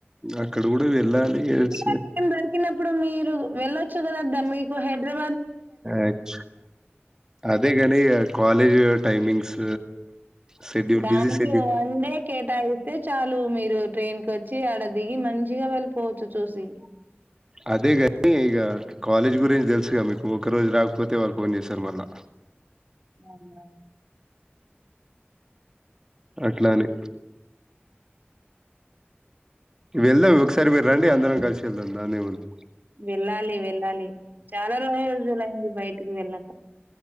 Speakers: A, on the right; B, on the right.
A: అక్కడ. ఇప్పుడు వెళ్ళాలి ఏసి.
B: మీరే టైం దొరికినప్పుడు మీరు వెళ్ళొచ్చు కదా ద్దా మీకు హెద్రా.
A: ఏచ్ అదేగాని అ కాలేజ్ టైమింగ్స్. షెడ్యూల్
B: దానికె
A: బిజీ షెడ్యూల్
B: వన్ డే కేటా. అయితే చాలు, మీరు ట్రైన్ కు వచ్చి, ఆడ దిగి మంచిగా వెళ్ళిపోవచ్చు చూసి.
A: అదేగాని ఇగ, కాలేజ్ గురించి తెలుసుగా మీకు, ఒక రోజు రాకపోతే వాళ్ళు ఫోన్ జెస్తారు మళ్ళా.
B: అవునా.
A: అట్లాఅని. వెళ్దాం ఒకసారి మీరు రండి, అందరం కలిసి వెళ్దాం దాదేముంది.
B: వెళ్ళాలి వెళ్ళాలి, చాలా రొ రోజులయింది బయటికి వెళ్ళక.